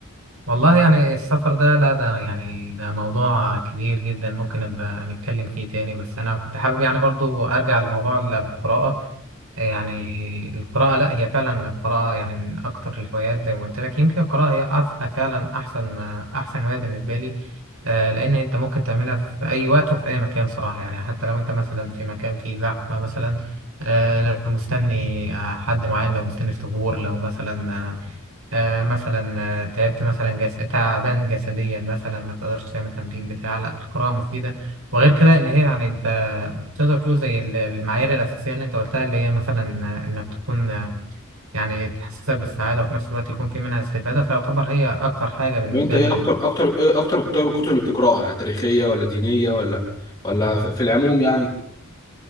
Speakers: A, on the right; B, on the left.
A: والله يعني السفر ده لا ده يعني ده موضوع كبير جدا ممكن نبقى نتكلم فيه تاني بس أنا كنت حابب يعني برضو أرجع لموضوع ال- القراءة يعني القراءة لا هي فعلا القراءة يعني من أكتر الهوايات زي ما قلت لك يمكن القراءة هي أف- فعلا أحسن أحسن هواية بالنسبة لي آه، لأن أنت ممكن تعملها في أي وقت وفي أي مكان صراحة يعني حتى لو أنت مثلا في مكان فيه زحمة مثلا آه، لو مستني آه، حد معين لو مستني في طابور لو مثلا آه، آه، مثلا آه، تعبت مثلا جس... تعبان جسديا مثلا ما تقدرش تعمل تمرين بتاع لا القراءة مفيدة وغير كده ان هي يعني انت تقدر تقول زي ال- المعايير الأساسية اللي انت قلتها اللي هي مثلا آه، انك تكون آه، يعني تحسسك بالسعادة وفي نفس الوقت يكون في منها استفادة فيعتبر هي أكتر حاجة بالنسبة
B: وانت ايه
A: لي
B: اكتر اكتر ايه اكتر طيب الكتب اللي بتقراها يعني تاريخيه ولا دينيه ولا ولا في في العموم يعني